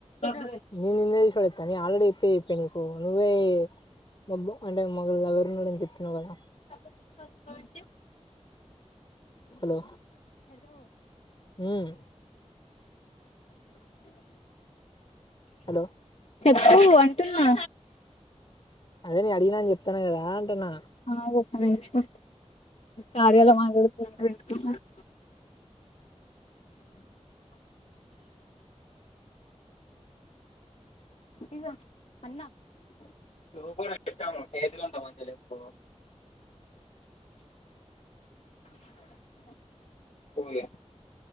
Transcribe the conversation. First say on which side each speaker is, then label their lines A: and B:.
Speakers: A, on the left; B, on the left.
A: అ
B: నిన్ నేన్ దీస్ పడేత్తా నేన్ ఆలరేడి ఇప్పే ఇప్పే నీకు నువ్వే బబ్బా అంటే మాక్ లవర్ ఉన్నడు అని చెప్పినవు గదా
A: తీసుకొచ్చి కోవద్దు
B: హలో ఉమ్ హలో
A: చెప్పు అం టున్నా
B: అదే నేన్ అడిగిన అని చెప్తానా గదా అంటన్నా
A: ఆగు అది యేసుకో కార్యాల బాగొత్తవ్ యేసుకోమా <inaudible> ఇగో అన్నా
B: <inaudible>
A: లోపల పెట్టమ్మ చేతులంత మంచిగలేవ్ పో పో ఇగ